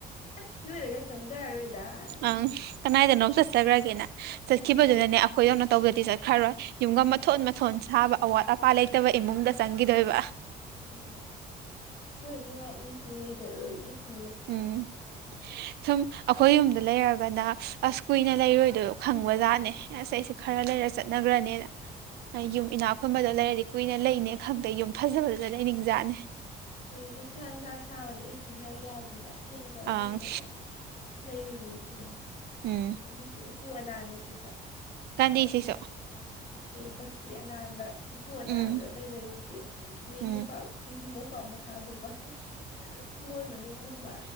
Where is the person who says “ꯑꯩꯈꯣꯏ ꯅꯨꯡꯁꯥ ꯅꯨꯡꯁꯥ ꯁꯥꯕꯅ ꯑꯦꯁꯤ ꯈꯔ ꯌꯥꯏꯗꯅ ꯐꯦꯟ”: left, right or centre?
Left